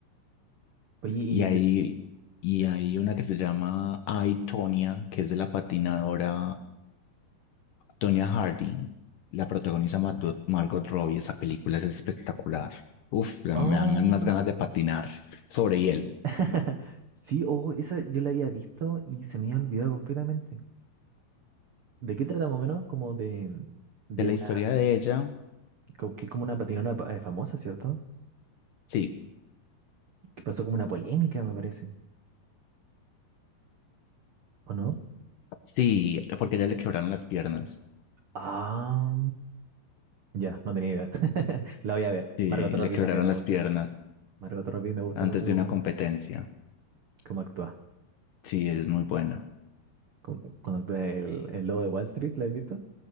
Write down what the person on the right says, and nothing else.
Oye,
y
de...
Oh.
<laughs> Sí, oh, esa yo la había visto y se me había olvidado completamente. ¿De qué trata más o menos? Como de, de
una...
co- Que es como una patinadora pa- eh, famosa, ¿cierto?
Que pasó como una polémica, me parece. ¿O no?
Ah. Ya, no tenía idea. <laughs> La voy a ver.
Margot Robbie
también me
gusta.
Margot Robbie me gusta
mucho
como,
cómo actúa.
Cómo- Cuando actúa el, el lobo de Wall Street, ¿la has visto?